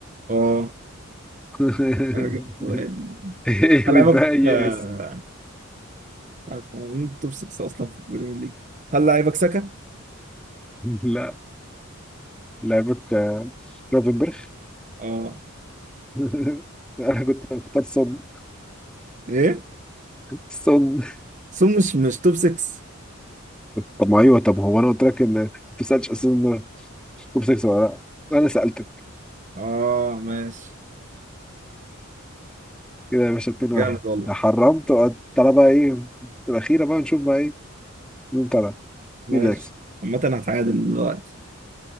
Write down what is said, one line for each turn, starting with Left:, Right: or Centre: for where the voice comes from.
Right: اه
Centre: <laughs>
Right: أنا جبت واحد.
Centre: ايه
Right: هل
Centre: بتبيس
Right: لعيبك آه مش عارف هو مين توب 6 اصلا في البريمير ليج هل لعيبك ساكا؟
Centre: لا لعيبك آه... روفنبرغ
Right: اه
Centre: <laughs> انا كنت مختار سون
Right: ايه؟
Centre: سون
Right: سون مش مش توب 6
Centre: طب ما ايوه طب هو انا قلت لك ان انت ما سالتش اصلا توب 6 ولا لا انا سالتك
Right: اه ماشي
Centre: كده يا باشا 2
Right: جامد
Centre: 1
Right: والله
Centre: حرمت وقعدت. تعالى بقى ايه الاخيره بقى نشوف بقى ايه مين طلع
Right: ماشي
Centre: مين اللي هيكسب
Right: عامة هتعادل دلوقتي